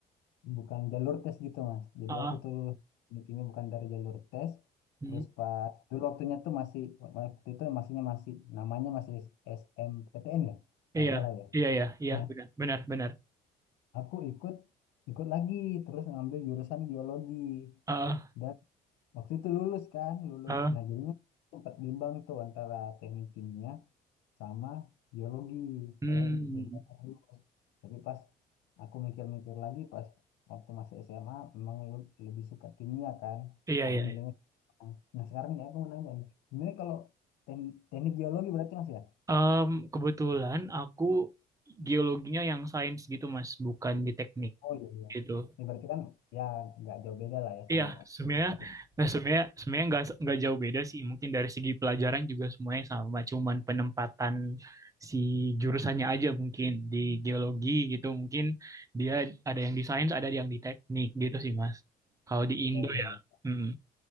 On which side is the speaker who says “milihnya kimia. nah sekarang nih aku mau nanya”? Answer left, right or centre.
Left